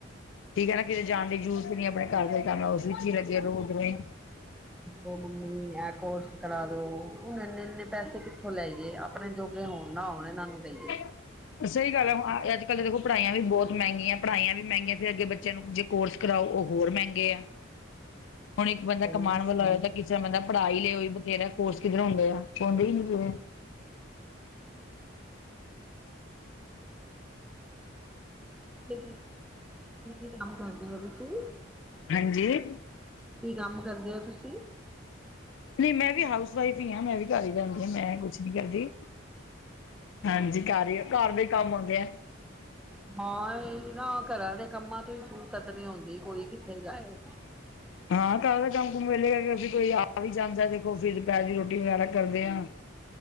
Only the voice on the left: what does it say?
ਠੀਕ ਹੈ ਨਾ ਕਿਤੇ ਜਾਣ ਦੀ ਜ਼ਰੂਰ ਨੀ ਆਪਣੇ ਘਰ ਦਾ ਕੰਮ ਉਸ ਵਿੱਚ ਹੀ ਲੱਗੇ ਦੋਵੇਂ
ਹਾਂ ਸਹੀ ਗੱਲ ਹੁਣ ਅੱਜ ਕੱਲ ਦੇਖੋ ਪੜ੍ਹਾਈਆਂ ਵੀ ਬਹੁਤ ਮਹਿੰਗੀਆਂ ਪੜ੍ਹਾਈਆਂ ਵੀ ਮਹਿੰਗੀਆਂ ਫਿਰ ਅੱਗੇ ਬੱਚਿਆਂ ਨੂੰ ਜ ਕੋਰਸ ਕਰਾਓ ਉਹ ਹੋਰ ਮਹਿੰਗੇ ਆ ਹੁਣ ਇੱਕ ਬੰਦਾ
ਕਮਾਉਣ ਵਾਲਾ ਹੋਇਆ ਤਾਂ ਕਿਸ ਤਰ੍ਹਾਂ ਬੰਦਾ ਪੜ੍ਹਾ ਹੀ ਲਿਓ ਬਥੇਰਾ ਕੋਰਸ ਕਿੱਧਰ ਹੁੰਦੇ ਆ ਹੋਂਦੇ ਹੀ ਨ
ਹਾਂਜੀ ਨਹੀਂ
ਨਹੀਂ ਮੈਂ ਵੀ ਹਾਊਸ ਵਾਈਫ ਹੀ ਹਾਂ ਮੈਂ ਵੀ ਘਰ ਹੀ ਰਹਿਣਦੀ ਹਾਂ ਮੈਂ
ਕੁਛ
ਨੀ ਕਰਦੀ ਹਾਂਜੀ ਘਰ ਹੀ ਘਰ ਦੇ ਹੀ ਕੰਮ ਆਉਂਦੇ ਆ
<inaudible> ਹਾਂ ਘਰ ਦਾ ਕੰਮ ਕੁਮ ਵੇਲੇਗਾ ਕਿ ਅਸੀਂ ਕੋਈ ਆ ਵੀ ਜਾਂਦਾ ਦੇਖੋ ਫਿਰ ਦੁਪਹਿਰ ਦੀ ਰੋਟੀ ਵਗੈਰਾ ਕਰਦੇ ਹਾਂ <inaudible>